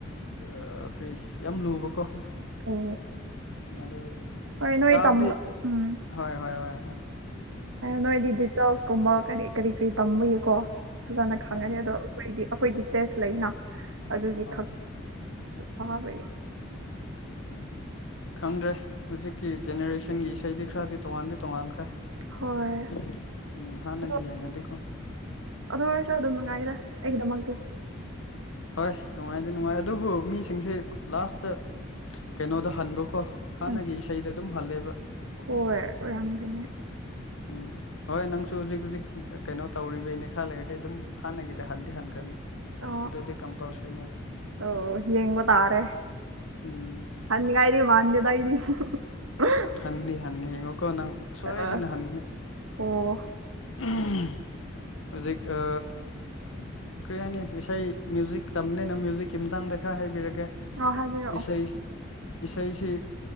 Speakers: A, on the left (about 80°); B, on the right (about 80°).
A: <unintelligible> ꯀ꯭ꯔꯤ ꯌꯥꯝ ꯂꯨꯕꯀꯣ
B: ꯑꯣ
A: ꯑꯗꯨꯒꯤ
B: ꯍꯣꯏ ꯅꯣꯏ
A: ꯇꯥꯕꯗꯤ
B: ꯇꯝꯕ ꯎꯝ
A: ꯍꯣꯏ ꯍꯣꯏ ꯍꯣꯏ ꯍꯣꯏ
B: ꯅꯣꯏꯗꯤ ꯗꯤꯇꫭꯛꯁ ꯀꯨꯝꯕ ꯀꯔꯤ ꯀꯔꯤ ꯀꯔꯤ ꯇꯝꯕꯒꯤꯀꯣ ꯐꯖꯅ ꯈꯪꯒꯅꯤ
A: ꯍꯣꯏ
B: ꯑꯗꯣ ꯑꯩꯈꯣꯏꯗꯤ ꯑꯩꯈꯣꯏꯒꯤ ꯇꯦꯁ ꯂꯩꯅ ꯑꯗꯨꯒꯤ
A: ꯍꯣꯏ
B: ꯈꯛ ꯐꯥꯕꯒꯤ
A: ꯎꯝ ꯈꯪꯗ꯭ꯔꯦ ꯍꯧꯖꯤꯛꯀꯤ ꯖꯦꯅꯦꯔꯦꯁꯟꯒꯤ ꯏꯁꯩꯗꯤ ꯈꯔꯗꯤ ꯇꯣꯉꯥꯟꯗꯤ ꯇꯣꯉꯥꯟꯈ꯭ꯔꯦ
B: ꯍꯣꯏ
A: ꯎꯝ ꯍꯥꯟꯅꯒꯤ
B: ꯑꯗꯣ
A: ꯌꯦꯡꯉꯗꯤꯀꯣ
B: ꯑꯗꯨ ꯑꯣꯏꯔꯁꯨ ꯑꯗꯨꯝ ꯅꯨꯡꯉꯥꯏꯗ ꯑꯩꯒꯤꯗꯃꯛꯇꯤ
A: ꯍꯣꯏ ꯅꯨꯡꯉꯥꯏꯗꯤ ꯅꯨꯡꯉꯥꯏ ꯑꯗꯨꯕꯨ ꯃꯤꯁꯤꯡꯁꯦ ꯂꯥꯁꯇ ꯀꯩꯅꯣꯗ ꯍꯟꯕꯀꯣ ꯍꯥꯟꯅꯒꯤ
B: ꯎꯝ
A: ꯏꯁꯩꯗ ꯑꯗꯨꯝ ꯍꯜꯂꯦꯕ
B: ꯍꯣꯏ ꯑꯣꯏꯔꯝꯒꯅꯤ
A: ꯎꯝ ꯍꯣꯏ ꯅꯪꯁꯨ ꯍꯧꯖꯤꯛ ꯍꯧꯖꯤꯛ ꯀꯩꯅꯣ ꯇꯧꯔꯤꯕꯩꯅꯦ ꯈꯔ ꯂꯩꯔꯗꯤ ꯑꯗꯨꯝ ꯍꯥꯟꯅꯒꯤꯗꯤ ꯍꯟꯗꯤ <unintelligible>
B: ꯑ
A: ꯑꯗꯨꯗꯤ ꯀꯝꯄꯜꯁꯔꯤꯅꯦꯕ
B: ꯑꯣ ꯌꯦꯡꯕ ꯇꯥꯔꯦ
A: ꯎꯝ
B: ꯍꯟꯅꯤꯉꯥꯏꯗꯤ ꯃꯥꯥꯟꯗꯦꯗ ꯑꯩꯗꯤ <unintelligible>
A: ꯍꯟꯅꯤ ꯍꯟꯅꯤ ꯌꯦꯡꯉꯣꯀꯣ ꯅꯪ ꯁꯣꯏꯗꯅ
B: ꯑ
A: ꯍꯟꯅꯤ
B: ꯑꯣ
A: <unintelligible> ꯍꯧꯖꯤꯛ ꯑ ꯀꯔꯤ ꯍꯥꯏꯅꯤ ꯏꯁꯩ ꯃ꯭ꯌꯨꯖꯤꯛ ꯇꯝꯅꯤꯅ ꯃ꯭ꯌꯨꯖꯤꯛꯀꯤ ꯃꯇꯥꯡꯗ ꯈꯔ ꯍꯥꯏꯕꯤꯔꯛꯀꯦ
B: ꯑ ꯍꯥꯏꯕꯤꯔꯛꯑꯣ
A: ꯏꯁꯩ ꯏꯁꯩꯁꯤ